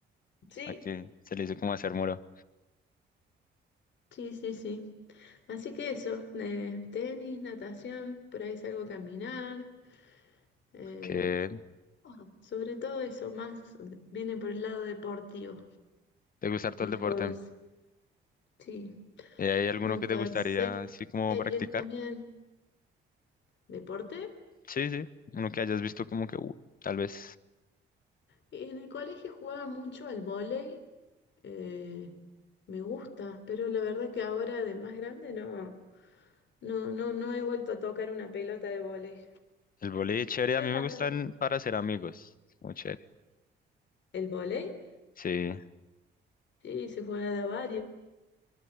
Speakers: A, on the left; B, on the left.
A: Sí,
B: Aquí se le dice como hacer muro.
A: sí, sí, sí. Así que eso, eh, tenis, natación, por ahí salgo a caminar. eh,
B: ¿Qué?
A: sobre todo eso, más viene por el lado deportivo,
B: ¿Te gusta todo
A: mis
B: el deporte?
A: hobbies. Sí,
B: ¿Y hay alguno
A: me gusta
B: que te gustaría
A: ver
B: así como
A: series
B: practicar?
A: también, deporte.
B: Sí, sí, uno que hayas visto como que "Uh, tal vez
A: Y en el colegio jugaba mucho al vóley, eh, me gusta, pero la verdad que ahora de más grande no, no, no, no he vuelto a tocar una pelota de vóley.
B: el voleibol es chévere,
A: Pero
B: a mí
A: también
B: me gustan para hacer amigos, es muy chévere.
A: el vóley,
B: Sí,
A: sí, se juega de a varios.